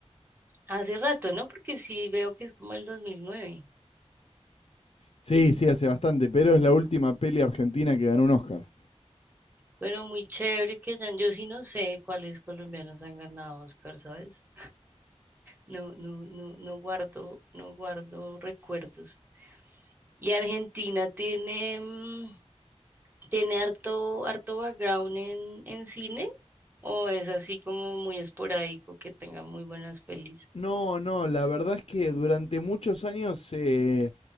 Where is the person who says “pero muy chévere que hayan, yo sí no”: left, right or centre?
Right